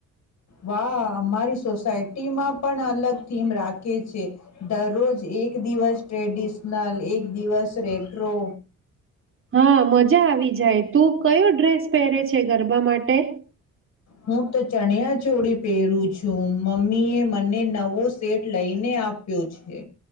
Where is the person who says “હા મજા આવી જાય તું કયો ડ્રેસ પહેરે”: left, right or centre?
Right